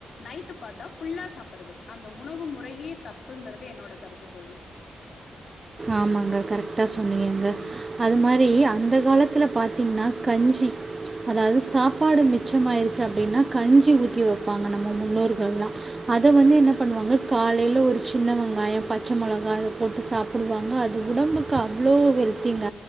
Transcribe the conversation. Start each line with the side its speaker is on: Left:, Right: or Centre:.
Left: நைட் பத்தா ஃபுல்லா சாப்பறது அந்த உணவு முறையே தப்புங்கிறது என்னோட கருத்து தோழி
Right: ஆமாங்க கரெக்டா சொன்னங்கங்க அது மாரி அந்த காலத்துல பார்த்தீங்கன்னா கஞ்சி அதாவது சாப்பாடு மிச்சமாயிடுச்சு அப்படின்னா கஞ்சி ஊத்தி வைப்பாங்க நம்ம முன்னோர்கள்லாம் அத வந்து என்ன பண்ணுவாங்க காலையில ஒரு சின்ன வெங்காயம் பச்சை மிளகாய் அதை போட்டு சா கொடுவாங்க அது உடம்புக்கு அவ்வளோ ஹெல்த்திங்க